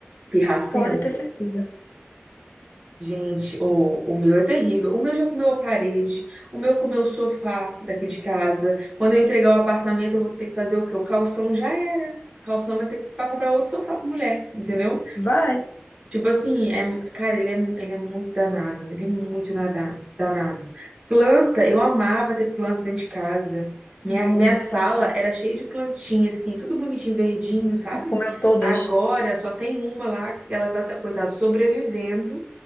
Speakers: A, on the right; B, on the left.
A: pirracento.
B: Pode ter certeza.
A: Gente, o, o meu é terrível. O meu já comeu a parede, o meu comeu o sofá daqui de casa. Quando eu entregar o apartamento, eu vou ter que fazer o quê? O calção já era. O calção vai ser pra comprar outro sofá pra mulher, entendeu?
B: Vai.
A: Tipo assim, é, cara, ele é, ele é muito danado, ele é muito nada- danado. Planta, eu amava ter planta dentro de casa. Minha,
B: Nossa.
A: minha sala era cheia de plantinha, assim, tudo bonitinho, verdinho, sabe?
B: Comeu todas.
A: Agora só tem uma lá que ela tá, tá, coitada, sobrevivendo.